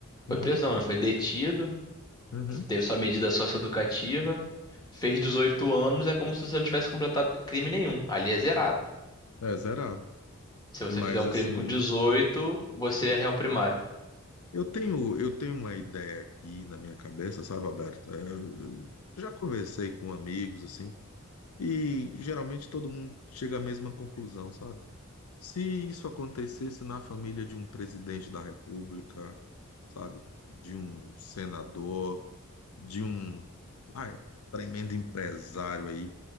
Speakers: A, on the left; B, on the left.
A: Uhum,
B: foi preso não, né? Foi detido,
A: uhum.
B: teve sua medida socioeducativa, fez 18 anos, é como se você não tivesse completado crime nenhum. Ali é zerado.
A: É zerado.
B: Se você
A: Mas
B: fizer um
A: assim,
B: crime com 18, você é réu primário.
A: eu tenho, eu tenho uma ideia aqui na minha cabeça, sabe, Alberto? É, eu já conversei com amigos, assim, E geralmente todo mundo chega à mesma conclusão, sabe? Se isso acontecesse na família de um presidente da República, sabe? De um senador, de um, ai, tremendo empresário aí,